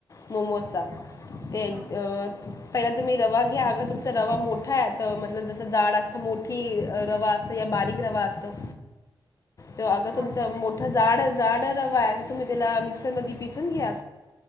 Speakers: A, on the left (about 40°); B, on the right (about 30°).
A: मोमोजचा ते
B: हा
A: अ पहिला तुम्ही रवा घ्या अगर तुमचा रवा मोठा आहे तर, मतलब जसं जाड असतं मोठी रवा असतो या बारीक रवा असतो तर, अगर अ
B: हा
A: तुमच
B: हा
A: मोठ जाड जाड रवा आहे तर, तुम्ही त्याला मिक्सर म पिसून घ्या.